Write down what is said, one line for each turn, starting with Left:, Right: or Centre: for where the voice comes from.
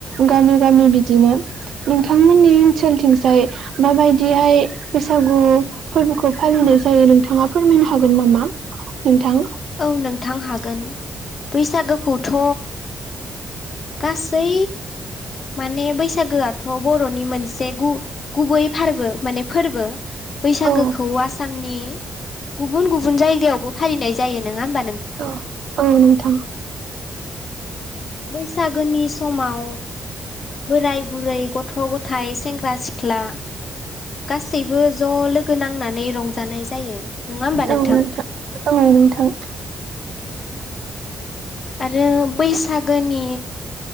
Right: गामि गामि बिदिनो नोंथांमोननि ओनसोलथिंजाय माबायदिहाय बैसागु फोरबोखौ फालिनाय जायो नोंथाङा फोरमायनो हागोन नामा? नोंथां
Left: औ नोंथां हागोन बैसागोखौथ' गासै माने बैसागोयाथ' बर'नि मोनसे गु गुबै फारबो माने फोरबो बैसागोखौ
Right: औ
Left: आसामनि गुबुन गुबुन जायगायावबो फालिनाय जायो नोङा होनबा
Right: औ औ नोंथां।
Left: बैसागोनि समाव बोराय बुरै गथ' गथाइ सेंग्रा सिख्ला गासैबो ज' लोगो नांनानै रंजानाय जायो। नङा होमबा
Right: औ
Left: नोंथां
Right: औ नोंथां
Left: आरो बैसागोनि